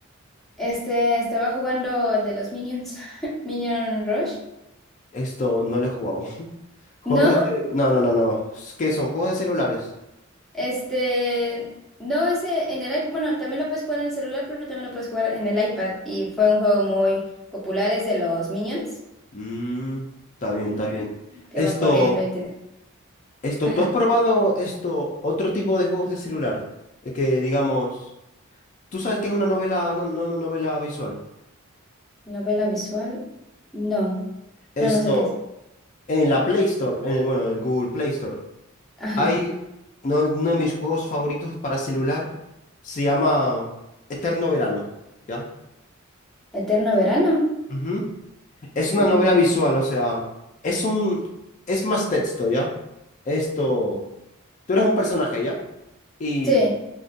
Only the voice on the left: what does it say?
Esto no lo he jugado. <laughs> Juegos
de... ce- No, no, no, no. ¿Qué son? ¿Juegos de celulares?
Mm, está bien,
está bien.
Esto,
esto,
¿tú has probado esto, otro tipo de juegos de celular? Eh, Que digamos, tú sabes que es una novela, no, no, una novela visual.
Esto,
en la Play Store, en el, bueno, en el Google Play Store.
Hay uno, uno de mis juegos favoritos para celular, se llama Eterno Verano, ¿ya?
Ujú. Es una
novela visual, o sea, es un, es más texto, ¿ya? Esto, tú eres un personaje, ¿ya? Y,